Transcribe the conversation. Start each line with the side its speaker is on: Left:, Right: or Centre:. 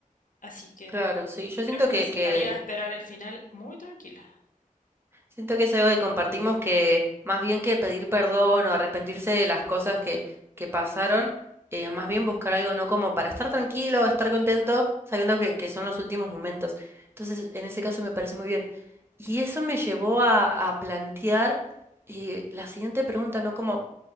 Left: Así que
Right: Claro, sí. Yo
Left: creo
Right: siento
Left: que
Right: que,
Left: me sentaría
Right: que
Left: a esperar el final muy tranquila.
Right: Siento que es algo que compartimos que más bien que pedir perdón o arrepentirse de las cosas que, que pasaron, eh, más bien buscar algo no como para estar tranquilo, estar contento, sabiendo que, que son los últimos momentos. Entonces, en ese caso me parece muy bien. Y eso me llevó a, a plantear eh, la siguiente pregunta, ¿no? Como,